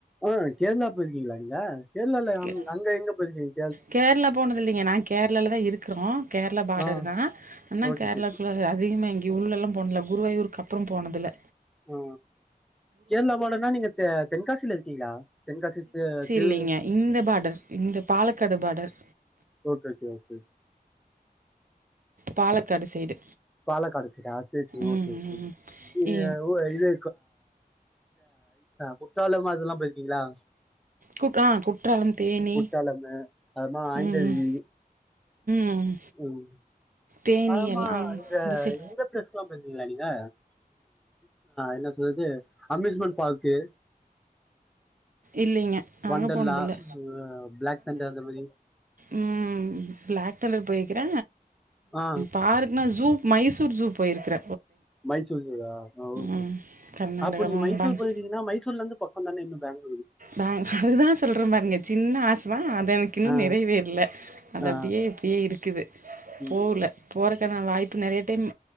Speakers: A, in the centre; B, on the right.
A: ஆஹ் கேரளா போயிருக்கீங்களா நீங்க கேரளால
B: கே
A: அங்க எங்க போய்ருக்கீங்
B: கேரளா போனது இல்லிங்க நா கேரளால தா இருக்கறோ கேரளா பார்டர்
A: ஆ
B: தா ஆனா
A: ஓகே
B: கேரளாக்குள்ள
A: ஓகே
B: அதிகமா எங்கியு உள்ள எல்லா போண்ல குருவாயூருக்கு அப்றோ போனதில்ல
A: ஆ, கேரளா பாடர்னா நீங்க தெ தென்காசியில இருக்கீங்கா தென்காசி தி திரு
B: இல்லைங்க இந்த பார்டர் இந்த Palakkad border
A: okay okay okay
B: Palakkad side
A: Palakkad சிடா சரி சரி
B: ம்
A: ஓகே ஓகே
B: ம்
A: இது
B: இ
A: அஹ் இது குற்றாலம் அதுல்லா போயிருக்கீங்களா
B: குட் ஆ குற்றாலம் தேனி
A: குட்டாளமு அதப்பமா ஐந்தருவி
B: ம் ம் ம்
A: உம்
B: தேனி
A: ஆமா
B: எல்லா அங்
A: இந்த
B: சை
A: எங்க பிரஸ் இதுக்லா போய்ருக்கீங்களா நீங்க என்ன சொல்றது அம்யூஸ்மெண்ட் பார்க்கு
B: இல்லைங்க அங்க
A: ஒண்டர்லா
B: போனதில்ல
A: அஹ் பிளாக் தண்டர் அந்த மாரி
B: உம் ப்ளாக் தண்டர் போய்க்கிற
A: ஆ
B: பார்க்னா ஜூ மைசூர் ஜூ போயிருக்கற
A: மைசூர் ஜூவா அஹ் ஓகே
B: ம் கர்நாடகா
A: அப்ப நீ
B: மங்பான்.
A: மைசூர் போய்ருகீங்கன்னா மைசூர்ல இருந்து பக் பக்கோ தான இன்னு பேங்ளூ
B: தாங் அதுக்குதா சொல்ற பாருங்க சின்ன ஆசதா அத எனக்கு இன்னு
A: ஆ
B: நிறைவேறல்ல அது
A: ஆ
B: அப்டியே இப்டியே இருக்குது
A: ம்
B: போல போற வாய்ப்பு நெறைய டைம்